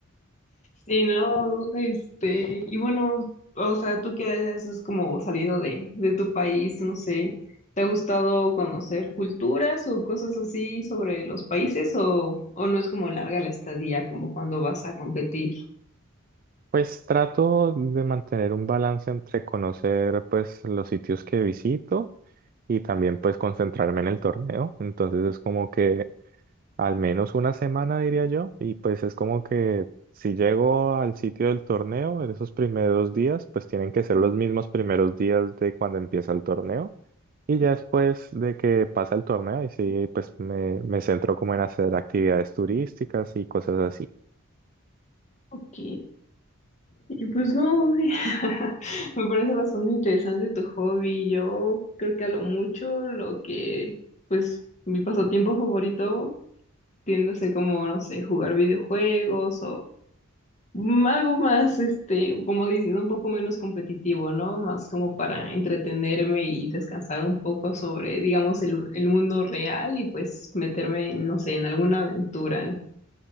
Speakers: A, on the left; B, on the right.
A: Sí, no, este, y bueno, o sea, tú que has como salido de, de tu país, no sé, ¿te ha gustado conocer culturas o cosas así sobre los países o, o no es como larga la estadía como cuando vas a competir?
B: Pues trato de mantener un balance entre conocer pues los sitios que visito y también pues concentrarme en el torneo. Entonces es como que al menos una semana diría yo y pues es como que si llego al sitio del torneo en esos primeros días pues tienen que ser los mismos primeros días de cuando empieza el torneo y ya después de que pasa el torneo y sí pues me, me centro como en hacer actividades turísticas y cosas así.
A: Ok, y pues no, <laughs> Me parece bastante interesante tu hobby. Yo creo que a lo mucho lo que, pues, mi pasatiempo favorito tiende a ser como, no sé, jugar videojuegos mm, algo más, este, como diciendo, un poco menos competitivo, ¿no? Más como para entretenerme y descansar un poco sobre, digamos, el, el mundo real y pues meterme, no sé, en alguna aventura.